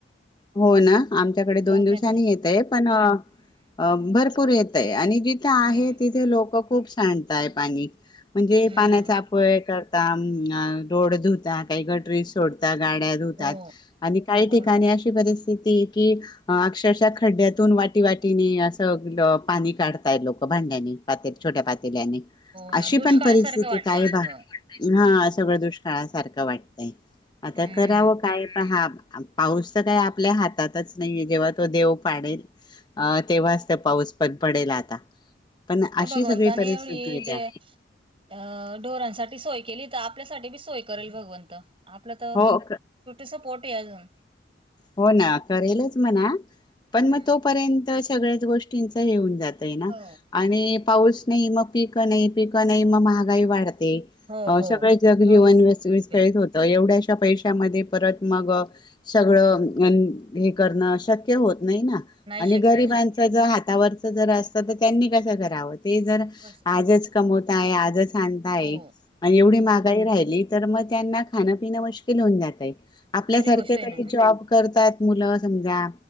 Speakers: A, on the left; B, on the right.
A: हो ना आमच्याकडे दोन
B: चौथ्या
A: दिवसांनी
B: दिवस
A: येतय पण
B: हम्म
A: अ भरपूर येत आहे आणि जिथे आहे
B: हम्म
A: तिथे लोक खूप सांडतय पाणी म्हणजे
B: हम्म
A: पाण्याचा अपवाय करता अ रोड धुता काही गटरी सोडता गाड्या धुतात
B: हो
A: आणि काही
B: हो
A: ठिकाणी
B: ना
A: अ परिस्थिती की अक्षरशः खड्ड्यातून वाटी वाटीने असं पाणी काढताय लोक भांड्याने पाते छोट्या पातेल्याने
B: हो ना
A: अशी
B: दुष्काळ
A: पण परिस्थिती
B: सारखं वाटतय
A: काय
B: सगळं
A: बा हा सगळं दुष्काळासारखं वाटतंय आता
B: हम्म
A: करावं काय पण हा पाऊस तर काही आपल्या हातातच नाहीये जेव्हा तो देव पाडेल अ तेव्हाच तर पाऊस पण पडेल आता पण
B: तर
A: अशी
B: भगवंताने
A: सगळी परिस्थिती
B: एवढी
A: येत्या
B: दे अ ढोरांसाठी सोय केली. आपल्यासाठी बी सोय करेल भगवंत आपलं तर
A: हो
B: छोटीस पोट आहे अजून
A: हो ना करेलच म्हणा पण
B: हम्म
A: मग तोपर्यंत सगळ्याच गोष्टींच हे होऊन जात. नाही ना
B: हो
A: आणि पाऊस नाही मग पीक नाही पीक नाही मग महागाई वाढते.
B: हो
A: अ
B: हो
A: सगळे जग
B: मग
A: जीवन विस्कळीत
B: योग्य
A: होत तर एवढ्याशा पैशामध्ये परत मग सगळं हे करणं शक्य होत नाही ना
B: नाही
A: आणि
B: शक्य
A: गरीबा-
B: होय
A: -चं हातावरच जर असत तर त्यांनी कस कराव ते जर
B: कस
A: आजच कमवताय आजच आणताय
B: हो
A: आणि एवढी महागाई
B: मग
A: राहिली तर मग त्यांना खाणं पिणं मुश्किल होऊन जात आहे. आपल्यासारखे
B: खरी गोष्ट आहे
A: काही
B: ना
A: जॉब करतात मुलं समजा